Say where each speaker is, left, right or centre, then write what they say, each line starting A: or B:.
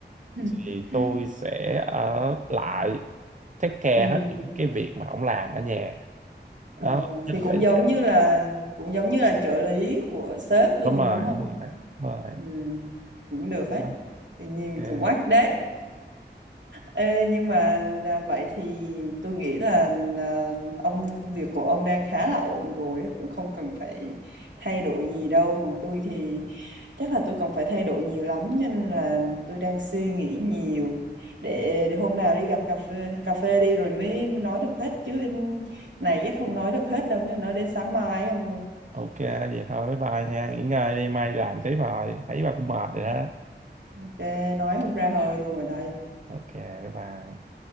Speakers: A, on the right (about 75°); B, on the right (about 45°).
A: <laughs>
B: thì tôi sẽ ở lại take care
A: Ừ.
B: hết những cái việc mà ổng làm ở nhà
A: Ờ,
B: đó thích
A: thì cũng
B: là
A: giống
B: vậy
A: như là cũng giống như là trợ lý của sếp luôn
B: đúng rồi
A: đúng không?
B: đúng rồi đúng rồi
A: Ừ, cũng được
B: Đó.
A: ấy. Thì nhìn
B: ok
A: cũng quát đấy. Ê, nhưng mà à, vậy thì tôi nghĩ là à, ông công việc của ông đang khá là ổn rồi cũng không cần phải thay đổi gì đâu còn tôi thì chắc là tôi còn phải thay đổi nhiều lắm cho nên là tôi đang suy nghĩ nhiều để để hôm nào đi gặp cà phê cà phê đi rồi mới nói được hết chứ này chắc không nói được hết đâu chứ nói đến sáng mai ấy ông ơi
B: ok vậy thôi bye bye nha nghỉ ngơi đi mai làm tiếp rồi thấy bà cũng mệt rồi
A: Ờ,
B: đó
A: ok nói không ra hơi luôn rồi đây
B: ok bye bye